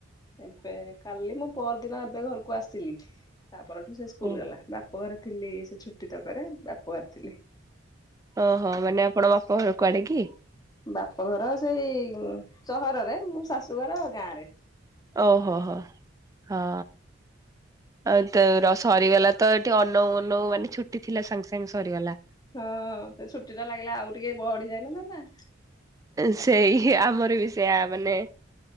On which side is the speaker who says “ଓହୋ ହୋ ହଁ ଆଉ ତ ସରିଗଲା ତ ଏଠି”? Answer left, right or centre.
Right